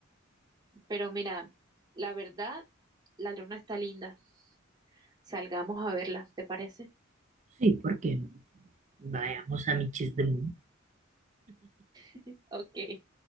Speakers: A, on the right; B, on the right.
A: Pero mira, la verdad, la luna está linda. Salgamos a verla, ¿te parece?
B: Sí, ¿por qué no? Vayamos a Michis de Mundo.
A: <laughs> Ok.